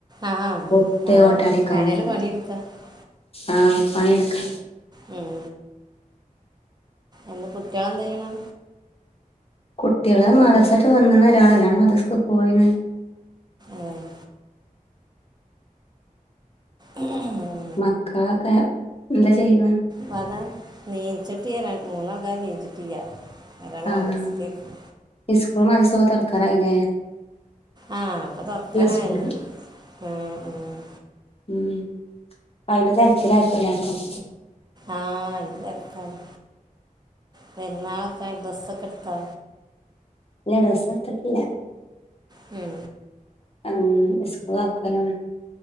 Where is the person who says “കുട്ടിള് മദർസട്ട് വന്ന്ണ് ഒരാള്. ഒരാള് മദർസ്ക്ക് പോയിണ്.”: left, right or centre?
Left